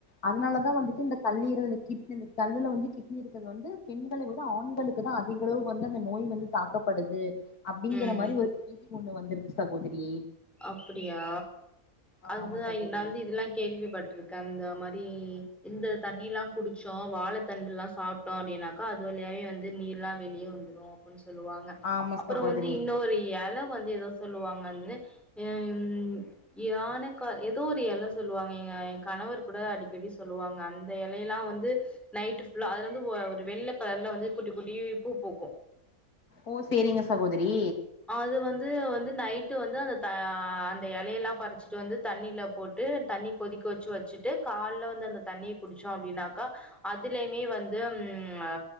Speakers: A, on the left (about 85°); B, in the centre.
A: அதனாலதா வந்துட்டு இந்த கல்லீரல் இந்த கிட்டு கல்லுல வந்து கிட்னி இருக்கிறது வந்து பெண்களை விட ஆண்களுக்கு தா அதிக அளவு வந்து அந்த நோய் வந்து தாக்கப்படுது அப்டிங்கிற
B: ம்
A: மாரி ஒரு செய்தி ஒண்ணு வந்திருக்கு சகோதரி
B: அப்டியா
A: ஆ
B: அதுதா
A: ஆமா சகோதரி
B: நா வந்து இதெல்லா கேள்விப்பட்ருக் கந்த மாரி இந்த தண்ணில்லா குடிச்சோ வாழ தண்டுல்லா சாப் ட்டோ அப்டின்னாக்கா அது வழியாவே வந்து நீர்லா வெளியே வந்துரு அப்டின் சொல்லுவாங்க
A: ஆமா
B: அப்பறோ
A: சகோதரி
B: வந்து இன்னொரு எல வந்து எதோ சொல்லுவாங்க வந்து ம் யானேக்க எதோ ஒரு எல சொல்லுவாங்க எங்க கணவர் கூட அடிக்கடி சொல்லுவாங்க அந் த எலையெல்லா வந்து நைட்டு ஃபுல்லா அதுலந்து ஒ ஒரு வெள்ள கலர்ல வந்து குட்டி குட்டி பூ பூக்கு
A: ஓ செரிங்க சகோதரி
B: அது வந்து வந்து நைட்டு வந்து அந்த த அந்த எலையெல்லா பறிச்சிட்டு வந்து தண்ணில போட்டு தண்ணி கொதிக்க வச்சு வச்சுட்டு கால்ல வந்து அந்த தண்ணிய குடிச்சோ அப்டின்னாக்கா அதுலயுமே வந்து ம் அ